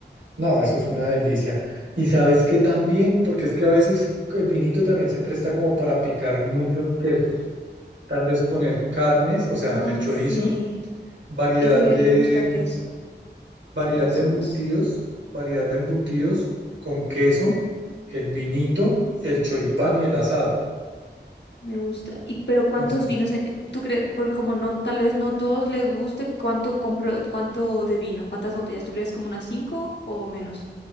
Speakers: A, on the right; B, on the left.
A: No, eso es una delicia. Y sabes que también, porque es que a veces el vinito también se presta como para picar muchos quesos. Tal vez poner carnes, o sea,
B: Ah,
A: el chorizo,
B: sí.
A: variedad
B: Ese le,
A: de,
B: le gusta queso.
A: variedad
B: Quesos.
A: de embutidos, variedad de embutidos con queso, el vinito,
B: mm,
A: el choripán y el asado.
B: Me gusta. ¿Y pero cuántos
A: No sé.
B: vinos? eh, ¿Tú crees? Por como no, tal vez no todos les guste, ¿cuánto compro, cuánto de vino? ¿Cuántas botellas? ¿Tú crees como unas cinco o menos?